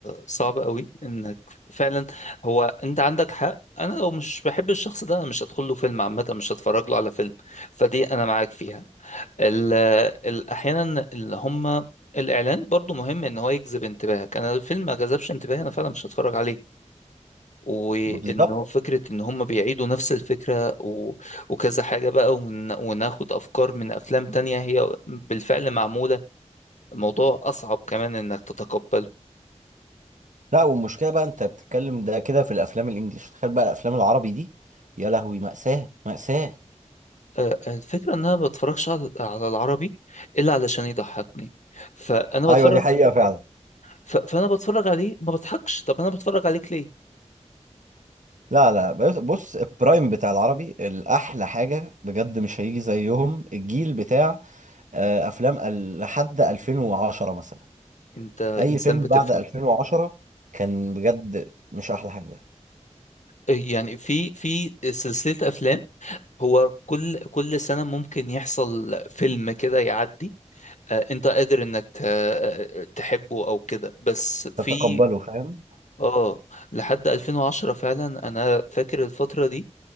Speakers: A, on the left; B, on the right.
A: صعب قوي انك فعلا هو انت عندك حق انا لو مش بحب الشخص ده انا مش هدخل له فيلم عامه مش هتفرج له على فيلم فدي انا معاك فيها ال ال احيانا اللي هم الاعلان برضو مهم ان هو يجذب انتباهك انا لو الفيلم ما جذبش انتباهي انا فعلا مش هتفرج عليه وان
B: بالظبط
A: هو فكره ان هم بيعيدوا نفس الفكره و... وكذا حاجه بقى ون... وناخد افكار من افلام تانية هي بالفعل معموله الموضوع أصعب كمان إنك تتقبله
B: لا والمشكلة بقى انت بتتكلم ده كده في الافلام الانجليش تخيل بقى الافلام العربي دي يا لهوي مأساة مأساة
A: آه، آه، الفكرة إن أنا ما بتفرجش على على العربي إلا علشان يضحكني فأنا
B: ايوه
A: بتفرج
B: دي حقيقة فعلا
A: ف... فأنا بتفرج عليه ما بضحكش طب أنا بتفرج عليك ليه؟
B: لا لا بس- بص البرايم بتاع العربي الاحلى حاجة بجد مش هيجي زيهم الجيل بتاع آه، افلام ال- لحد 2010 مثلا
A: أنت
B: اي
A: إنسان
B: فيلم
A: بتفهم
B: بعد 2010 كان بجد مش احلى حاجة
A: آه، يعني في في سلسلة أفلام هو كل كل سنة ممكن يحصل فيلم كده يعدي آه، أنت قادر إنك ت... آه، تحبه أو كده بس
B: تتقبله
A: في
B: فاهم
A: آه لحد 2010 فعلا أنا فاكر الفترة دي